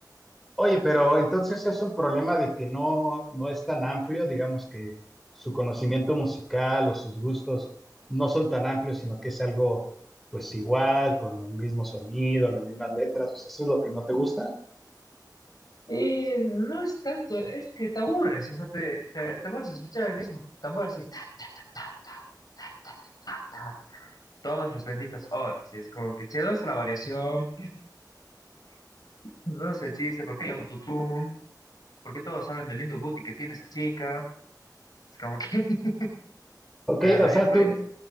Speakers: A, in the centre; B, on the left.
A: Oye, pero entonces es un problema de que no, no es tan amplio, digamos que su conocimiento musical o sus gustos no son tan amplios, sino que es algo pues igual, con el mismo sonido, las mismas letras, o sea, eso es lo que no te gusta.
B: Y no es tanto, es que te aburres, o sea, te, te, te aburres de escuchar el mismo tambor así, ta, ta, ta, ta, ta, ta, ta, ta, ta, ta, todas las benditas horas, y es como que, che, ¿dónde está la variación? ¿Dónde es el chiste? ¿Por qué hay autotune? ¿Por qué todos hablan del lindo booty que tiene esa chica? Es como que, <laughs>
A: Ok,
B: o sea,
A: o sea,
B: ya pues,
A: tú,